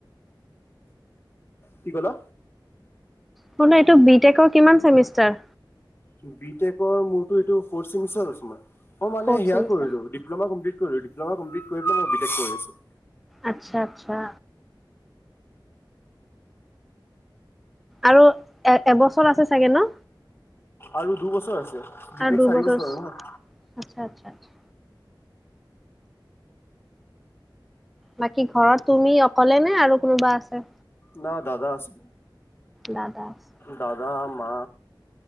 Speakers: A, on the left; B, in the centre.
A: কি ক'লো।
B: শল এইটো বি টেকৰ কিমান চেমিষ্টাৰ।
A: বি মোৰটো এইটো ফৌষ্ট চেমিষ্টাৰ মই মানে
B: ফ'ৰ্থ
A: সেই
B: চেমিষ্টাৰ,
A: কৰিলো ডিপলমা কমপ্লিট পল'মাম কৰি মই বি কৰিছো।
B: আচ্ছা আচ্ছা। আৰু এ এবছৰ আছে চাগে ন।
A: আৰু দুবছৰ আছে বিটক
B: আৰু দুবছৰ
A: চাৰি বছৰ নহয়।
B: আচ্ছা আচ্ছা আচ্ছা। বাকী ঘৰত তুমি অকলে নে আৰু কোনোবা আছে।
A: না দাদা আছে
B: দাদা আছে,
A: দাদা মা।